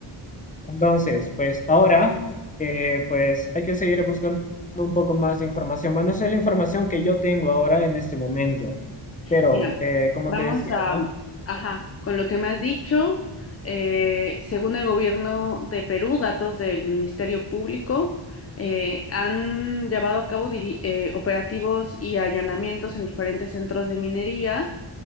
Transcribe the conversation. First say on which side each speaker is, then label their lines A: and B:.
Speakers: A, on the left (about 15°); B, on the left (about 30°).
A: Entonces, pues ahora, eh, pues hay que seguir buscando un poco más de información. Bueno, esa es la información que yo tengo ahora en este momento. Pero,
B: Mira,
A: eh, como
B: vamos
A: te decía,
B: a,
A: ¿no?
B: ajá, con lo que me has dicho, eh, según el gobierno de Perú, datos del Ministerio Público, eh, han llevado a cabo diri- eh, operativos y allanamientos en diferentes centros de minería